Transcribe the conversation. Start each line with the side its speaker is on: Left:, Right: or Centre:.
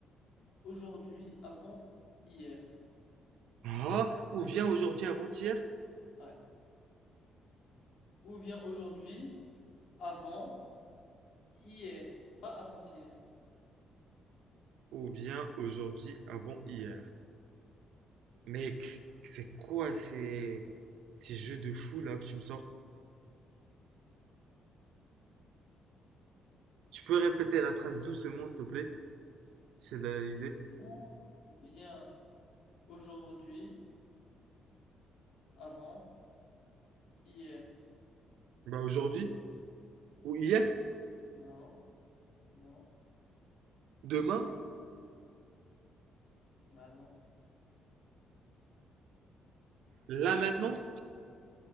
Left: aujourd'hui avant hier?
Right: Ah, ou bien aujourd'hui avant-hier,
Left: Ouais. Où vient aujourd'hui avant hier? Pas avant-hier.
Right: ou bien aujourd'hui avant-hier. Mec, c'est quoi ces, ces jeux de fou là que tu me sors? Tu peux répéter la phrase doucement, s'il te plaît? J'essaie de l'analyser.
Left: Où vient aujourd'hui avant hier?
Right: Bah aujourd'hui, ou hier,
Left: Non, non,
Right: demain,
Left: bah non.
Right: là maintenant?